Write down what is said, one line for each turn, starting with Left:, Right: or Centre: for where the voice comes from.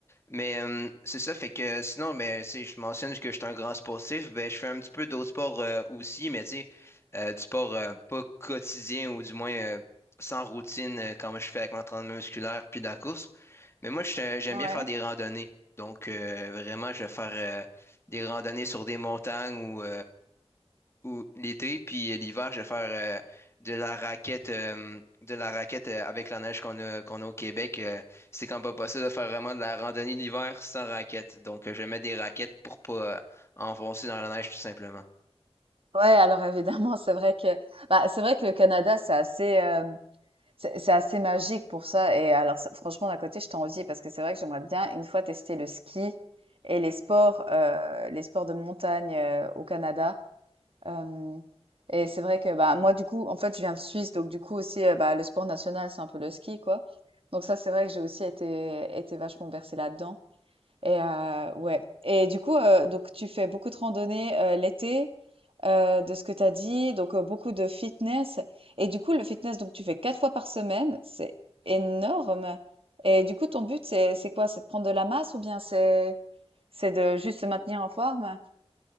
Left: Mais euh, c'est ça, fait que sinon, mais, tu sais, je mentionne que je suis un grand sportif, ben, je fais un petit peu d'autres sports euh, aussi, mais tu sais, euh, du sport euh, pas quotidien ou du moins euh, sans routine euh, comme je fais avec l'entraînement musculaire puis la course. Mais moi, je- j'aime
Right: ouais.
Left: bien faire des randonnées. Donc, euh, vraiment, je vais faire euh, des randonnées sur des montagnes ou ou l'été, puis euh, l'hiver, je vais faire euh, de la raquette, euh, de la raquette euh, avec la neige qu'on a, qu'on a au Québec. euh, c'est quand même pas possible de faire vraiment de la randonnée l'hiver sans raquette. Donc, euh, je vais mettre des raquettes pour pas euh, enfoncer dans la neige, tout simplement.
Right: Ouais, alors évidemment, c'est vrai que bah, c'est vrai que le Canada, c'est assez euh, c'est c'est assez magique pour ça. Et alors, ça- franchement, d'un côté, je t'envie parce que c'est vrai que j'aimerais bien une fois tester le ski et les sports euh, les sports de montagne euh, au Canada. Euh, et c'est vrai que bah moi, du coup, en fait, je viens de Suisse, donc du coup aussi, euh, bah, le sport national, c'est un peu le ski, quoi. Donc ça, c'est vrai que j'ai aussi été été vachement bercée là-dedans. Et euh, ouais. Et du coup, euh, donc tu fais beaucoup de randonnées euh, l'été euh, de ce que tu as dit, donc euh, beaucoup de fitness. Et du coup, le fitness, donc tu fais quatre fois par semaine, c'est énorme. Et du coup, ton but, c'est c'est quoi? C'est de prendre de la masse ou bien c'est c'est de juste se maintenir en forme?